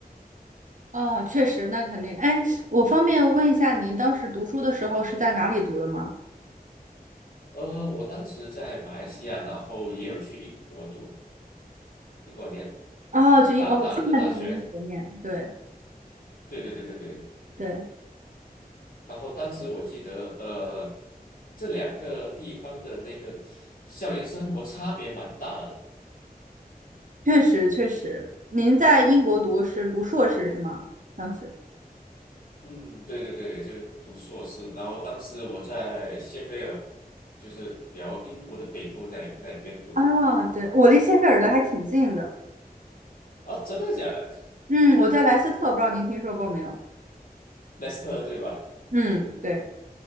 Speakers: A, on the right; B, on the left.
A: 啊，确实，那肯定。哎，我方便问一下，您当时读书的时候是在哪里读的吗？
B: 呃，我当时在马来西亚，然后也有去英国读，英国念
A: 哦，去英，
B: 大大的大学。
A: 哦，我现在就是英国念，对
B: 对对对对对。
A: 对，
B: 然后当时我记得，呃，这两个地方的那个校园生活差别蛮大的。
A: 确实确实。您在英国读是读硕士是吗？当时
B: 嗯，对对对，就是读硕士。然后当时我在谢菲尔，就是比较英国的北部那那边读
A: 啊，对，我离谢菲尔德还挺近的。
B: 啊，真的假的？
A: 嗯，我在莱斯特，不知道您听说过没有？
B: 莱斯特对吧？
A: 嗯，对